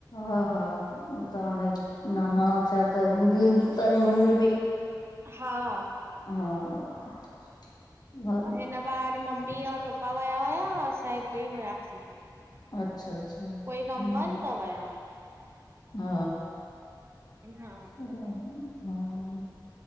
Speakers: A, on the left; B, on the right.
A: हा हा हो त हाणे, नानाणा थिया त ईंदी हूंदी तांजी मम्मी बि?
B: हा।
A: हा। हा
B: अ हिन बार मम्मी और पपा वया हुया असां हिते ई हुयासीं।
A: अच्छा अच्छा। हा
B: कोई कम हुन त वया हुया?
A: हा
B: हा
A: हम्म हा।